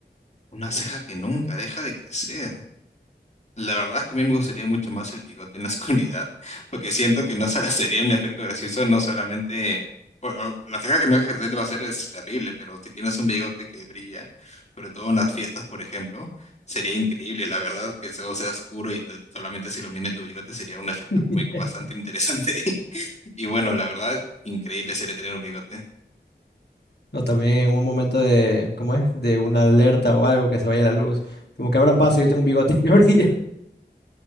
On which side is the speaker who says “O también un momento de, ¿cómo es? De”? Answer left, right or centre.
Left